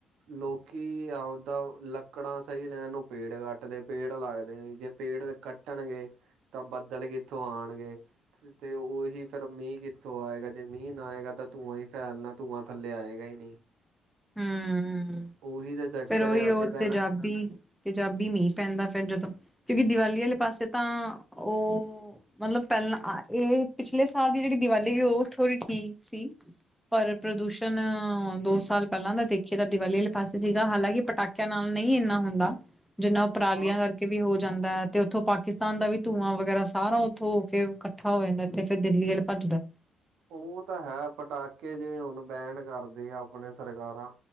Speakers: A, on the right; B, in the centre.
A: ਲੋਕੀ ਆਪਦਾ ਲੱਕ ਲਕੜਾਂ ਸਹੀ ਲੈਣ ਨੂੰ ਪੇੜ ਕੱਟਦੇ ਪੇੜ ਲੱਗਦੇ ਨ ਜੇ ਪੇੜ ਕੱਟਣਗੇ ਤਾਂ ਬੱਦਲ ਕਿੱਥੋਂ ਆਉਣਗੇ? ਤੇ ਉਹੀ ਫੇਰ ਮੀਂਹ ਕਿੱਥੋਂ ਆਏਗਾ ਜੇ ਮੀਂਹ ਨਾ ਆਏਗਾ ਤਾਂ ਧੂੰਆਂ ਹੀ ਫੈਲਣਾ ਤੂੰਆਂ। ਥੱਲੇ ਆਏਗਾ ਹੀ ਨਹੀਂ।
B: ਹੂੰ,
A: ਉਹੀ ਤਾਂ ਚੱਕਰ
B: ਫਿਰ ਉਹੀ
A: ਹੈ
B: ਉਹ
A: ਅੱਜ ਕੱਲ੍ਹ
B: ਤੇ ਜਾਬੀ। ਤੇਜਾਬੀ ਮੀਂਹ ਪੈਂਦਾ ਫਿਰ ਜਦੋਂ ਕਿਉਂਕਿ ਦੀਵਾਲੀ ਵਾਲੇ ਪਾਸੇ ਤਾਂ ਉਹ ਉਹ ਮਤਲਬ ਪਹਿਲਾਂ ਇਹ ਪਿਛਲੇ ਸਾਲ ਦੀ ਜਿਹੜੀ ਦੀਵਾਲੀ ਗਈ ਸੀ ਉਹ ਥੋੜ੍ਹੀ ਠੀਕ ਸੀ। ਪਰ ਪ੍ਰਦੂਸ਼ਣ ਅ ਦੋ ਸਾਲ ਪਹਿਲਾਂ ਤਾਂ ਦੇਖੀਏ ਤਾਂ ਦੀਵਾਲੀ ਵਾਲੇ ਪਾਸੇ ਸੀਗਾ ਹਾਲਾਂਕਿ ਪਟਾਕੇ ਇਨ੍ਹਾਂ ਨਾਲ ਨਹੀਂ ਇੰਨਾ ਹੁੰਦਾ ਜਿੰਨਾ ਪਰਾਲੀਆਂ
A: ਹਾਂ
B: ਕਰਕੇ ਵੀ ਹੋ ਜਾਂਦਾ ਹੈ ਤੇ ਉੱਥੋਂ ਪਾਕਿਸਤਾਨ ਦਾ ਵੀ ਧੂੰਆਂ ਵਗੈਰਾ ਸਾਰਾ ਉੱਥੋਂ ਹੋ ਕੇ ਇਕੱਠਾ ਹੋ ਜਾਂਦਾ ਇਥੇ। ਫਿਰ ਦਿੱਲੀ ਵਲ ਭੱਜਦਾ
A: ਉਹ ਤਾਂ ਹੈ ਪਟਾਕੇ ਜਿਵੇਂ, ਹੁਣ ਬੈਨ ਕਰਦੇ ਆ ਆਪਣੇ ਸਰਕਾਰਾਂ।